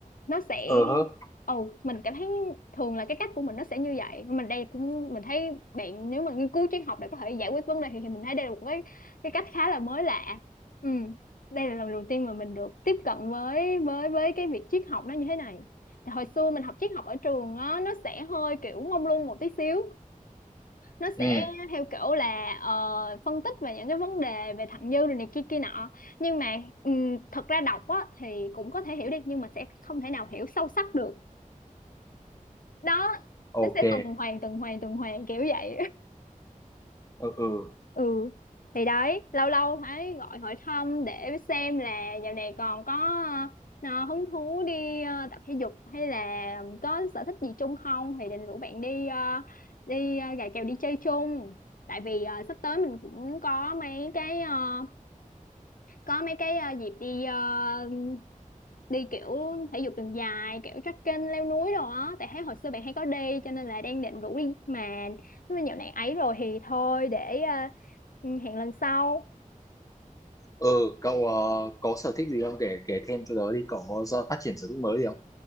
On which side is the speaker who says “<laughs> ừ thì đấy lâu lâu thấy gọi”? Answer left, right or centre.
Left